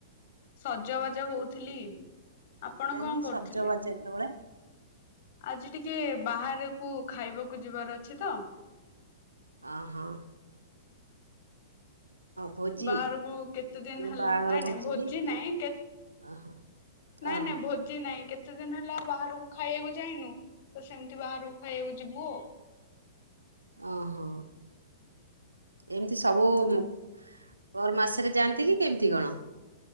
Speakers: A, on the left (about 50°); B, on the right (about 85°).
A: ସଜବାଜ ହଉଥିଲି ଆପଣ
B: କାହିଁକି
A: କଣ
B: ସଜବାଜ
A: କରୁଥିଲେ।
B: ଯେତେବେଳେ
A: ଆଜି ଟିକେ ବାହାରକୁ ଖାଇବାକୁ ଯିବାର ଅଛି ତ।
B: ଅ ହୋ। ଭୋଜି
A: ବାହାରକୁ କେତେ ଦିନ
B: ମାନେ
A: ହେଲା
B: ବାହାଘର
A: ନାଇଁ ନାଇଁ ଭୋଜି
B: କି
A: ନାଇଁ
B: ଓହୋ
A: ନାଇଁ
B: ଓହୋ
A: ନାଇଁ ଭୋଜି ନାଇଁ କେତେ କେତେ ଦିନ ହେଲା ବାହାରକୁ ଖାଇବାକୁ ଯାଇନୁ ତ ସେମିତି ବାହାରକୁ ଖାଇବାକୁ ଯିବୁ ଆଉ
B: ଓହୋ ଏମତି ସବୁ ପର ମାସରେ ଯାଆନ୍ତି କି କେମିତି କଣ?